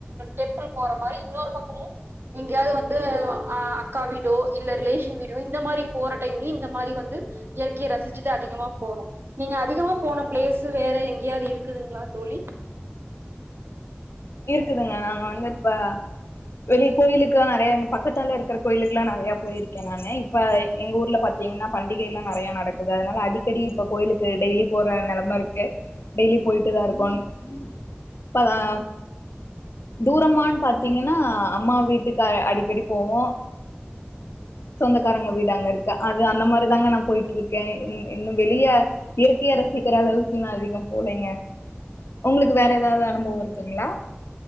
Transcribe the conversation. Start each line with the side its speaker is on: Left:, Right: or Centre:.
Right: டெம்பிள் போற மாரி இன்னொரு பக்கமு எங்கயாது வந்து ஆ அக்கா வீடோ இல்ல ரிலேஷன் வீடோ இந்த மாரி போற டைம்லயு இந்த மாரி வந்து இயற்கைய ரசிச்சுட்டு அதிகமா போவோ நீங்க அதிகமா போன பிளேஸ் வேற எங்கயாது இரு க்குதுங்ளா தோழி
Left: இருக்குதுங்க நாங்க வந்து இப்ப வெளிய கோயிலுக்கெல்லா நெறையா இங்க பக்கத்தால இருக்கற கோயிலுக்கெல்லா நெறையா போயிருக்கேன் நானு இப்ப எங்க ஊர்ல பாத்தீங்கன்னா பண்டிகை எல்லா நெறையா நடக்குது அதனால அடிக்கடி இப்ப கோயிலுக்கு டெய்லி போற நெலம இருக்கு டெய்லி போயிட்டுதா இருக்கோங் இப்பதான் தூரமான்னு பாத்தீங்கன்னா அம்மா வீட்டுக்கு அடிக்கடி போவோ சொந்தக்காரங்க வீடு அங்க இருக்கு அது அந்த மாரிதாங்க நா போயிட்டு இருக்க இன்னு வெளிய இயற்கைய ரசிக்கிற அளவுக்கு அதிகம் போலங்க உங்களுக்கு வேற எதாவது அனுபவம் இருக்குங்ளா